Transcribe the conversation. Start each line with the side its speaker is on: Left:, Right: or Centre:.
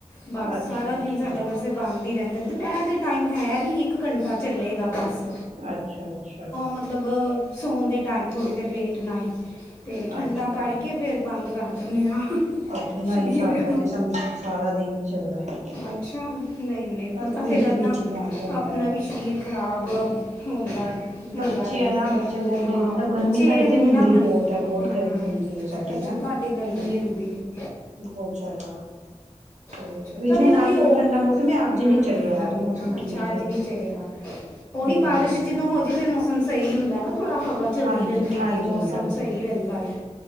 Left: ਬਸ
Right: ਅੱਛਾ
Left: ਸਾਰਾ ਦਿਨ
Right: ਅੱਛਾ
Left: ਸਾਡਾ ਵਸ ਬੰਣਦ ਹੀ ਰਹਿੰਦਾ ਦੁਪਹਿਰ ਦੇ ਟਾਈਮ ਹੈ ਵੀ ਇੱਕ ਘੰਟਾ ਚੱਲੇਗਾ ਬੱਸ
Right: ਅੱਛਾ ਅੱਛਾ
Left: ਮਤਲਬ ਸੋਣ ਦੇ ਟਾਈਮ ਥੋੜ੍ਹੀ ਦੇਰ ਲੇਟਨਾ ਹੀ ਤੇ ਠੰਡਾ
Right: ਅੱਛਾ
Left: ਕਰਕੇ ਫੇਰ ਬੰਦ ਕਰ ਦਿੰਦੇ ਹਾਂ।
Right: ਅੱਛਾ ਨਹੀਂ
Left: ਸਰੀਰ
Right: ਸਾਡਾ ਤੇ ਸਮਝੋ ਸਾਰਾ ਦਿਨ ਹੀ ਚੱਲਦਾ ਹੈ
Left: ਅੱਛਾ। ਨਹੀਂ, ਨਹੀਂ ਪਤਾ।
Right: ਬਸ
Left: ਤਾਂ
Right: ਵਿੱਚ
Left: ਫਿਰ ਇੱਦਾਂ
Right: ਵਿੱਚ ਬੰਦ ਹੁੰਦਾ
Left: ਆਪਣਾ
Right: ਹੈ
Left: ਵੀ ਸਰੀਰ ਖਰਾਬ ਹੋਦਾ। ਹੁੰਦਾ
Right: ਬੱਚੇ
Left: ਹੈ।
Right: ਆ ਨਾ ਬੱਚੇ ਰਹਿੰਦੇ
Left: ਹਾਂ,
Right: ਨੀ ਮਤਲਬ
Left: ਬੱਚੇ
Right: ਗਰਮੀ ਸਾਡੇ
Left: ਨ
Right: ਤੇ ਹੁੰਦੀ
Left: ਨਾ ਮੰਨਦੇ।
Right: ਬਹੁਤ ਹੈ ਬਹੁਤ
Left: ਹਮ,
Right: ਗਰਮੀ ਹੁੰਦੀ ਹੈ ਸਾਡੇ
Left: ਅਛੇ।
Right: ਨਾ
Left: ਤੁਹਾਡੇ ਗਰਮੀ
Right: ਹਾਂ
Left: ਹੁੰਦੀ ਹੈ।
Right: ਬਹੁਤ ਜ਼ਿਆਦਾ। ਤੇ
Left: ਅੱਛਾ ਤੁਹਾਡੇ
Right: ਵਿੱਚ ਹੁਣ
Left: ਨਾਲੇ
Right: ਅੱਜ ਜਿਵੇਂ
Left: ਉਹ
Right: ਠੰਡਾ ਮੌਸਮ ਅੱਜ
Left: ਹੂੰ
Right: ਨਹੀਂ ਚਲਿਆ। ਅੱਜ ਮੌਸਮ
Left: ਅੱਛਾ
Right: ਠੀਕ
Left: ਅੱਜ ਨਹੀਂ ਚਲਿਆ ਉਹੀ
Right: ਹਮ
Left: ਬਾਰਿਸ਼
Right: ਹਮ
Left: ਜਦੋਂ ਹੋ ਜਾ ਫਿਰ ਮੌਸਮ ਸਹੀ ਹੁੰਦਾ ਨਾ। ਥੋੜਾ ਹਵਾ ਚੱਲਦੀ
Right: ਹਾਂਜੀ
Left: ਰਹਿੰਦੀ
Right: ਹਾਂਜੀ
Left: ਹੈ। ਮੌਸਮ
Right: ਹਾਂਜੀ
Left: ਸਹੀ ਰਹਿੰਦਾ ਹੈ।